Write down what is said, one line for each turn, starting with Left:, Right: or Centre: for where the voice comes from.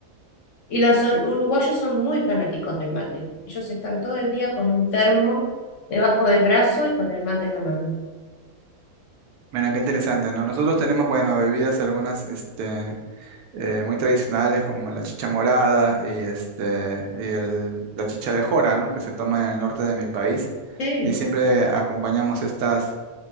Left: Y los or- uruguayos son muy fanáticos del mate. Ellos están todo el día con un termo debajo del brazo y con el mate en la mano.
Right: Bueno, qué interesante, ¿no? Nosotros tenemos, bueno, bebidas algunas, este, eh, muy tradicionales como la chicha morada y, este, y el- la chicha de jora, ¿no? Que se toma en el norte de mi país.
Left: Sí.
Right: Y siempre acompañamos estas,